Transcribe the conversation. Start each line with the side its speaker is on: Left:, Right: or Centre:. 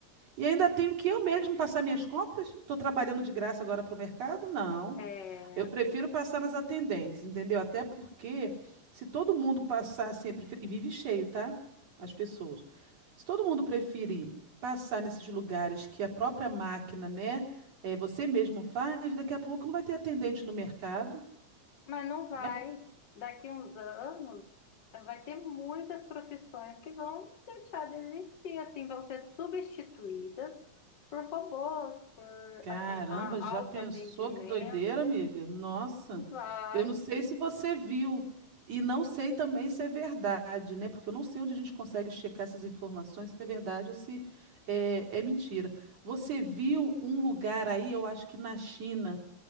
Right: e ainda tenho que eu mesmo passar minhas compras? Estou trabalhando de graça agora para o mercado? Não.
Left: É,
Right: Eu prefiro passar nas atendentes, entendeu? Até porque se todo mundo passar sempre, e vive cheio, tá? As pessoas. Se todo mundo preferir passar nesses lugares que a própria máquina, né, é, você mesmo faz, daqui a pouco não vai ter atendente no mercado.
Left: mas não vai,
Right: né?
Left: daqui uns anos, vai ter muitas profissões que vão deixar de existir, assim, vão ser substituídas por robôs, por
Right: Caramba,
Left: aten- a-
Right: já
Left: autoatendimento.
Right: pensou que doideira, amiga? Nossa,
Left: Vai.
Right: eu não sei se você viu e não sei também se é verdade, né? Porque eu não sei onde a gente consegue checar essas informações, se é verdade ou se é, é mentira. Você viu um lugar aí, eu acho que na China,